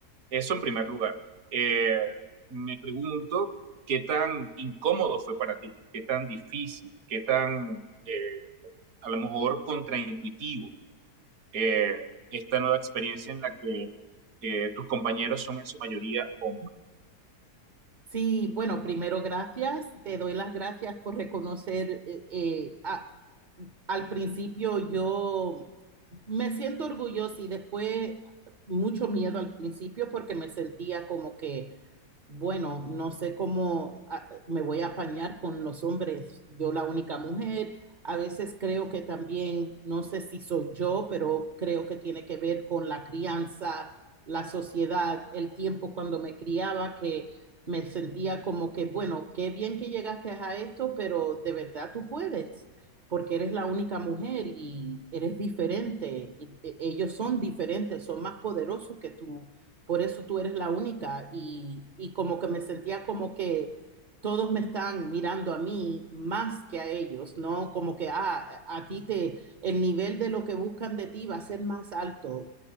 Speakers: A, on the right (about 65°); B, on the right (about 45°).
A: Eso en primer lugar. Eh, me pregunto qué tan incómodo fue para ti, qué tan difícil, qué tan eh, a lo mejor contraintuitivo eh, esta nueva experiencia en la que eh, tus compañeros son en su mayoría hombres.
B: Sí, bueno, primero gracias, te doy las gracias por reconocer, eh, eh, a- al principio yo me siento orgullosa y después mucho miedo al principio porque me sentía como que bueno, no sé cómo ah, me voy a apañar con los hombres, yo la única mujer. A veces creo que también, no sé si soy yo, pero creo que tiene que ver con la crianza, la sociedad, el tiempo cuando me criaba, que me sentía como que, bueno, qué bien que llegaste a esto, pero de verdad tú puedes, porque eres la única mujer y eres diferente. y, eh, ellos son diferentes, son más poderosos que tú por eso tú eres la única y, y como que me sentía como que todos me están mirando a mí más que a ellos, ¿no? Como que ah, a ti te, el nivel de lo que buscan de ti va a ser más alto